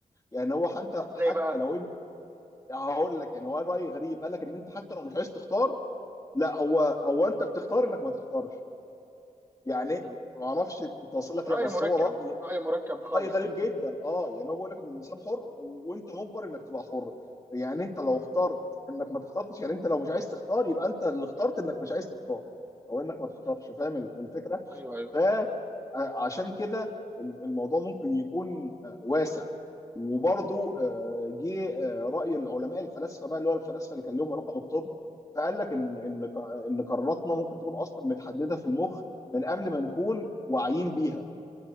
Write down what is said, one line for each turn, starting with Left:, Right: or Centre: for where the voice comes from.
Left: يعني هو حتى
Right: ازاي
Left: حتى
Right: بقى
Left: لو انت هقول لك يعني هو راي غريب قال لك ان انت حتى لو مش عايز تختار لا هو هو انت بتختار انك ما تختارش يعني
Right: مم.
Left: ما اعرفش انت واصل لك
Right: رأي
Left: لا بس
Right: مركب
Left: هو راي
Right: رأي مركب خالص
Left: راي غريب
Right: يعني
Left: جدا اه يعني هو بيقول لك ان الانسان حر وانت مجبر انك تبقى حر يعني انت لو اخترت انك ما تختارش يعني انت لو مش عايز تختار يبقى انت اللي اخترت انك مش عايز تختار او انك ما تختارش
Right: مم.
Left: فاهم الفكره
Right: ايوه ايوه
Left: فعشان كده الموضوع ممكن يكون آه، واسع وبرضو آه، جه آه، رأي العلماء الفلاسفة بقى اللي هو الفلاسفة اللي كان لهم علاقة بالطب فقال لك ان ان ق- ان قراراتنا ممكن تكون اصلا متحددة في المخ من قبل ما نكون واعيين بيها